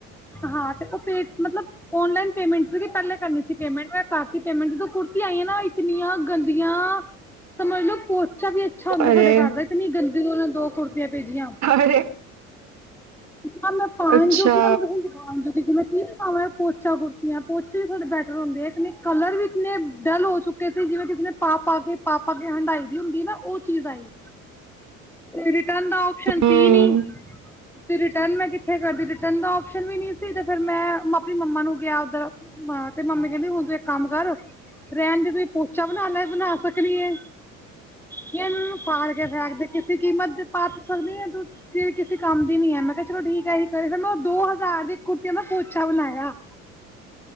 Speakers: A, in the centre; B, on the right.
A: ਹਾਂ ਤੇ ਉਹ ਪੇ ਮਤਲਬ ਓਨਲਾਈਨ ਪੇਮੈਂਟ ਸੀਗੀ ਪਹਲੇ ਕਰਨੀ ਸੀ ਪੇਮੈਂਟ ਮੈਂ ਕਰਤੀ ਪੇਮੈਂਟ ਜਦੋਂ ਕੁੜਤੀ ਆਈਆਂ ਨਾ ਇਤਨੀਆਂ ਗੰਦੀਆਂ ਤਾਂ ਮੰਨ ਲਓ ਪੋਚਾ ਵੀ ਅੱਛਾ ਹੁੰਦਾ
B: ਅਰੇ
A: ਸਾਡੇ ਘਰ ਦਾ ਇਤਨੀ ਗੰਦੀ ਓਹਨਾਂ ਦੋ ਕੁੜਤੀਆਂ ਭੇਜੀਆਂ। <unintelligible>
B: ਅਰੇ
A: ਹਾਂ ਮੈਂ
B: ਅੱਛਾ
A: ਕੀ ਦਿਖਾਵਾਂ ਪੋਚਾ ਕੁੜਤਿਆਂ ਪੋਚੇ ਵੀ ਥੋੜੇ ਬੈਟਰ ਹੁੰਦੇ ਆ ਕਲਰ ਵੀ ਇਤਨੇ ਡਲ ਹੋ ਚੁੱਕ ਕਦੀ ਜਿਵੇਂ ਕਿਸੀ ਨੇ ਪਾ ਪਾ ਆ ਕੇ- ਪਾ ਪਾ ਆ ਕੇ ਹੰਢਾਈ ਦੀ ਹੁੰਦੀ ਹੈ ਨਾ ਉਹ ਚੀਜ਼ ਆਈ। ਰਿਟਰਨ ਦਾ ਓਪਸ਼ਨ
B: ਹਮ
A: ਸੀ ਨੀ। ਤੇ ਰਿਟਰਨ ਮੈਂ ਕਿੱਥੇ ਕਰਦੀ ਰਿਟਰਨ ਦਾ ਆਪਸ਼ਨ ਵੀ ਨਹੀਂ ਸੀ ਤੇ ਫੇਰ ਮੈਂ ਆਪਣੀ ਮੰਮਾ ਨੂੰ ਕੇਹਾ ਉਧਰ। ਹਾਂ ਤੇ ਮੰਮੀ ਕਹਿੰਦੀ ਹੁਣ ਤੂੰ ਇੱਕ ਕੰਮ ਕਰ ਰਹਿਣ ਜੇ ਤੂੰ ਪੋਚਾ ਬਣਾ ਲੈ ਬਣਾ ਸਕ ਸਕਨੀ ਐ ਕੇ ਐਨੂੰ ਫਾੜ ਕੇ ਫੈਂਕ ਦੇ ਕਿਸੀ ਕੀਮਤ ਤੇ ਪਾ ਤੁ ਸਕਦੀ ਨੀ ਤੂੰ। ਤੇ ਕਿਸੇ ਕੰਮ ਦੀ ਨੀ ਹੈ ਮੈਂ ਕਿਹਾ ਚਲੋ ਠੀਕ ਹੈ ਐਹੀ ਕਰੀ ਮੈਂ ਉਹ ਦੋ ਹਜ਼ਾਰ ਦੀ ਕੁੜਤੀਆਂ ਦਾ ਪੋਚਾ ਬਣਾਇਆ।